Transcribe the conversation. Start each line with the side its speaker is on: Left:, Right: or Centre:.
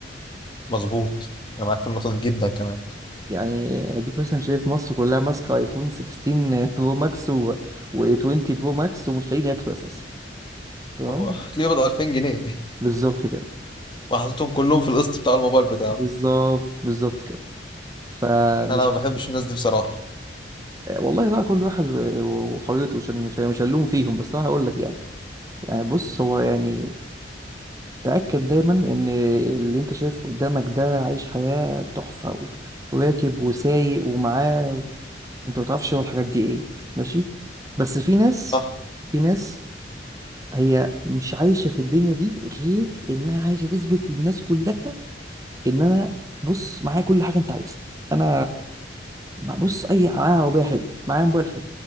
Left: مظبوط انا معاك في النقطة دي جدا كمان
Right: يعني اديك مثلا شايف مصر كلها ماسكه ايفون 16 برو ماكس <laughs> و و20 برو ماكس ومش لاقيين ياكلوا اساسا تمام
Left: هو هتلاقيه بضع 2000 جنيه
Right: بالظبط كده
Left: <laughs> وحطيتهم كلهم في القسط بتاع الموبايل بتاعه
Right: بالظبط بالظبط كده فمش
Left: انا ما بحبش الناس دي بصراحة
Right: والله بقى كل واحد و- وحريته مش مش مش هلوم فيهم بس انا هقول لك يعني يعني بص هو يعني تأكد دايما ان اللي انت شايفه قدامك ده عايش حياة تحفة و- وراكب وسايق ومعاه انت ما تعرفش هو الحاجات دي ايه ماشي بس في ناس
Left: صح
Right: في ناس هي مش عايشة في الدنيا دي غير انها عايشة تثبت للناس كلها ان انا بص معايا كل حاجة انت عايزها انا مع- بص اي معايا عربيه حلو معايا موبايل حلو